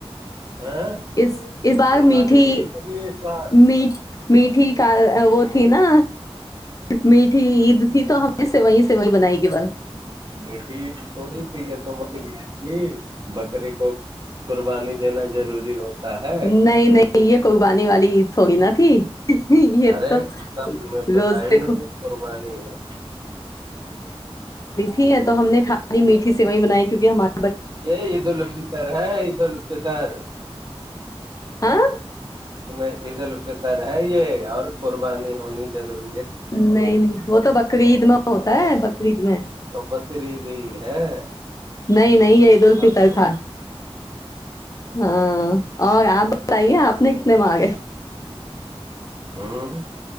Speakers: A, on the right (about 45°); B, on the left (about 35°).
A: ہاں
B: اس اس بار
A: قربانی
B: میٹھی
A: نہیں کری اس بار
B: می میٹھی ک وہ تھی نا میٹھی عید تھی تو ہمیں سے وہیں سے وہیں بنائی گی بول <unintelligible>
A: میٹھی تھوڑی ت <unintelligible> یہ ب <unintelligible> کو قربانی دینا ضروری ہوتا ہے
B: نہیں نہیں یہ قربانی والی عید تھوڑی نا تھی یہ
A: ارے
B: تو
A: سب تمہیں پتا
B: روزے
A: ہی نہیں ہے قربانی ہے <unintelligible>
B: ہے تو ہم نے خالی میٹھی سے وہ بنائی کیکہ ہمارے <unintelligible>
A: یہ عید الفطر ہے عید الفطر
B: ہاں
A: میں عید الفطر ہے یہ اور قربانی ہونی ضروری <unintelligible>
B: نہیں نہیں وہ <unintelligible> تو بک گئیید میں <unintelligible> ہوتا ہے بقرید میں
A: تو بقرعید ہی ہے
B: نہیں نہیں یہ عید الفطر
A: آپ کو
B: تھا ہاں <unintelligible> اور آپ بتائیے آپ نے کتنے مانگے
A: ہوں